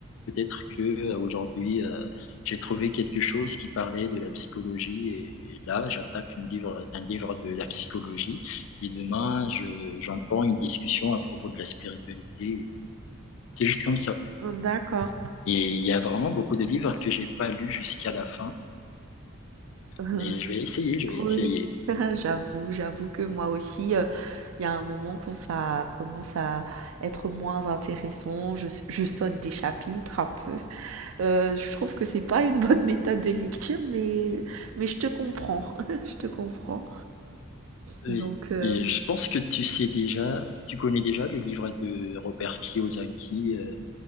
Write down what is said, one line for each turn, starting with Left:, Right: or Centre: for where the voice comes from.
Left: Peut-être que euh, aujourd'hui euh, j'ai trouvé quelque chose qui parlait de la psychologie et et là j'attaque un livre, un livre de la psychologie et demain je, j'entends une discussion à propos de la spiritualité. C'est juste comme ça.
Right: D'accord.
Left: Et il y a vraiment beaucoup de livres que j'ai pas lus jusqu'à la fin,
Right: <laughs>
Left: mais je vais essayer, je vais
Right: Oui,
Left: essayer.
Right: <laughs> j'avoue, j'avoue que moi aussi, euh, il y a un moment quand ça commence à être moins intéressant, je, je saute des chapitres un peu. Euh, je trouve que c'est pas une <laughs> bonne méthode de lecture, mais, mais je te comprends, <laughs> je te comprends.
Left: Oui.
Right: Donc, euh,
Left: Et je pense que tu sais déjà, tu connais déjà le livre de Robert Kiyosaki, euh,